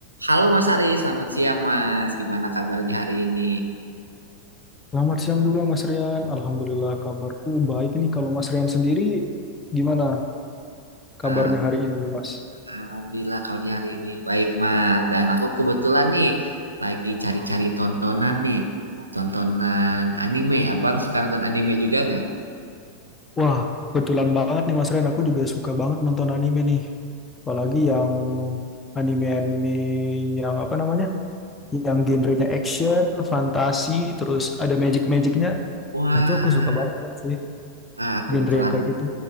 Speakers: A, on the right; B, on the left.
A: Halo Mas Ari, selamat siang Mas. Gimana kabarnya hari ini?
B: Selamat siang juga Mas Rian. Alhamdulillah kabarku baik nih. Kalau Mas Rian sendiri gimana
A: Ah,
B: kabarnya hari ini nih Mas?
A: Alhamdulillah kabarnya hari ini baik Mas. Dan aku kebetulan nih lagi cari-cari tontonan nih. Tontonan anime. Abang suka nonton anime juga nggak?
B: Wah, kebetulan banget nih Mas Rian. Aku juga suka banget nonton anime nih. Apalagi yang anime-anime yang apa namanya? Yang genrenya action, fantasi, terus ada magic-magicnya.
A: Wah,
B: Nah itu aku suka banget sih
A: Ah, kebetulan
B: genre yang kayak gitu.